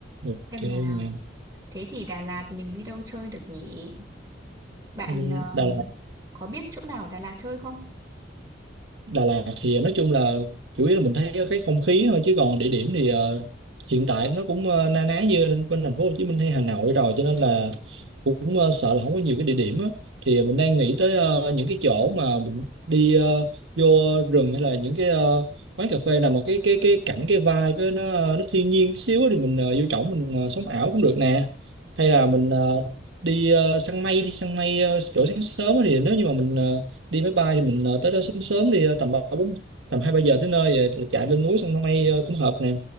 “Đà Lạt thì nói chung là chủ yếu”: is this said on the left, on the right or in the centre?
Right